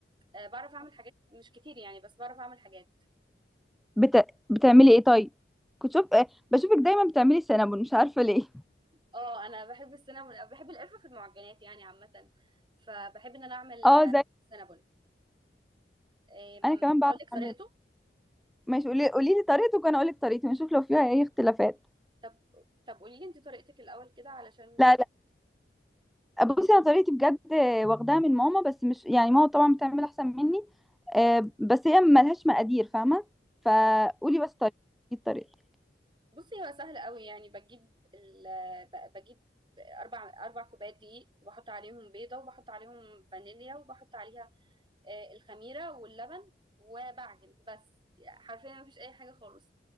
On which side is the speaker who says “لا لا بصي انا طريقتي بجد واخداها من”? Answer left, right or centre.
Centre